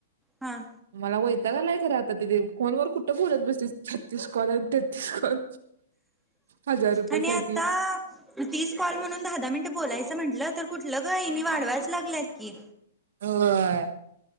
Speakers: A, in the centre; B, on the right (about 70°).
A: हा
B: मला वयताग आलाय खरं आता तिथे फोनवर कुठं बोलत बसतीस छत्तीस कॉल आणि तेत्तीस कॉल हजार रुपये
A: आणि
B: साठी
A: आता तीस कॉल म्हणून दहा दहा मिनिटं बोलायचं म्हटलं, तर कुठलं ग! हिनी वाढवायचं.. लागल्यात की
B: होय